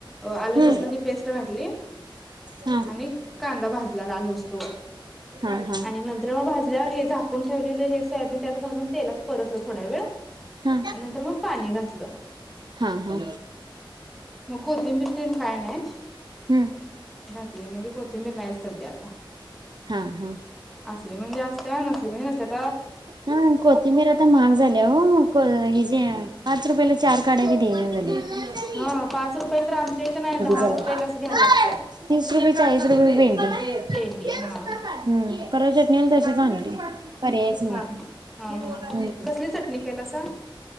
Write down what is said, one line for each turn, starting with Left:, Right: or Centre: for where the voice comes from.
Centre: आल
Right: हम्म
Centre: लसणाची पेस्ट घातली,
Right: हा
Centre: आणि कांदा भाजला लाल होस तोवर.
Right: हा हा
Centre: आणि नंतर मग भाजल्यावर हे झाकून ठेवलेलं हे सोयाबीन त्यात घालून तेलात परतलं थोडा वेळ.
Right: हा
Centre: आणि नंतर मग पाणी घातलं
Right: हा हा
Centre: मग कोथिंबीर तेन काय नाही,
Right: हम्म
Centre: घातली म्हणजे कोथिंबीर नाही सध्या आता
Right: हा हा
Centre: असली म्हणजे असत्या नसली म्हणजे नस्तिया.
Right: हा कोथिंबीर आता महाग झाली हो मग ह जे पाच रुपयाला चार काढाय देईना झालेत.
Centre: हा पाच रुपयाला तर आमच्या इथ नाही दहा
Right: झाल्या
Centre: रुपयालाच घ्या लागतीया.
Right: तीस रुपये चाळीस रुपये भिंडी
Centre: पेंडी हा
Right: हम्म परवा चटणीला तशी पर याच नाही.
Centre: हा हा हा कसली चटणी केलासा